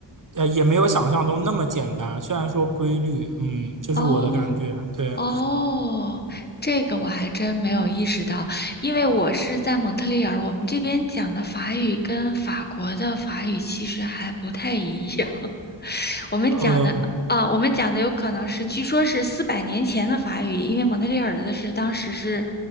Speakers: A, on the right (about 45°); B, on the left (about 20°).
A: 呃，也没有想象中那么简单。虽然说规律，嗯，这是我的感觉。
B: 哦，
A: 对，
B: 哦，这个我还真没有意识到，因为我是在蒙特利尔，我们这边讲的法语跟法国的法语其实还不太一样。<laughs> 我们讲的啊，
A: 呃，
B: 我们讲的有可能是，据说是四百年前的法语，因为蒙特利尔的是当时是